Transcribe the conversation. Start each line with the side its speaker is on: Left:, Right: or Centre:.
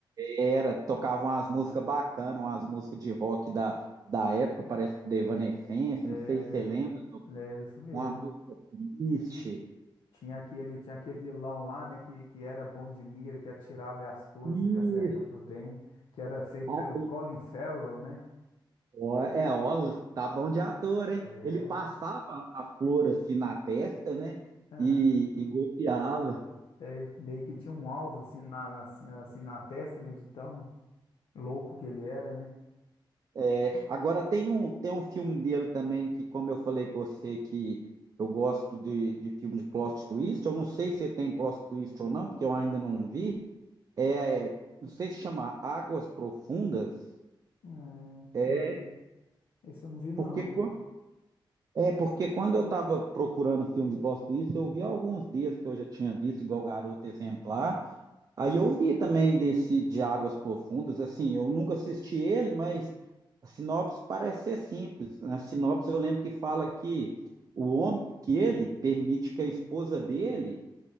Right: era, tocavam umas músicas bacanas, umas músicas de rock da, da época, parece The Evanescence,
Left: É,
Right: não sei se você lembra, to-
Left: é isso mesmo.
Right: uma música triste.
Left: Tinha aquele, tinha aquele vilão lá, né, que, que era bom de mira, que atirava as coisas
Right: Isso.
Left: e acertava bem, que era feito
Right: Ah,
Left: pelo Colin Farrell, né?
Right: ó, É, ó, tá bom de ator, hein?
Left: É,
Right: Ele passava
Left: o-
Right: a flor assim na testa, né?
Left: aham.
Right: E, e golpeava.
Left: É, ele meio que tinha um alvo assim na, na- assim, assim na testa, né, de tão louco que ele era, né?
Right: É, agora tem um, tem um filme dele também que, como eu falei com você, que eu gosto de, de filme de plot twist. Eu não sei se tem plot twist ou não, porque eu ainda não vi. É, não sei se chama Águas Profundas.
Left: É,
Right: É
Left: não, esse eu não vi não.
Right: porque, quan- é porque quando eu estava procurando filme de plot twist, eu vi alguns dias que eu já tinha visto, igual Garoto Exemplar. Aí eu vi também desse de Águas Profundas, assim, eu nunca assisti ele, mas a sinopse parece ser simples. Na sinopse eu lembro que fala que o homem que ele permite que a esposa dele